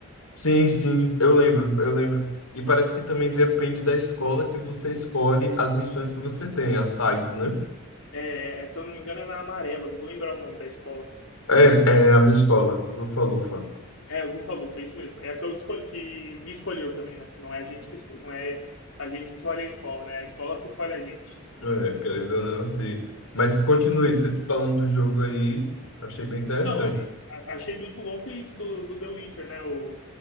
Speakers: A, on the left; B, on the left.
A: sim, sim, eu lembro, eu lembro. E parece que também depende da escola que você escolhe as missões que você
B: Isso.
A: tem, as sides, né?
B: É, é, se eu não me engano, é na Amarela, não vou lembrar o nome da escola.
A: É, é a minha escola, lufa Lufa.
B: É, Lufa Lufa, é isso mesmo. É a que, eu escolhi, que me escolheu também, né? Não é a gente que, esco- não é a gente que escolhe a escola, né? É a escola que escolhe a gente.
A: É, querendo ou não, sim. Mas continue, você falando do jogo aí, eu achei bem interessante.
B: Então, a- achei muito louco isso do, do The Witcher, né? O,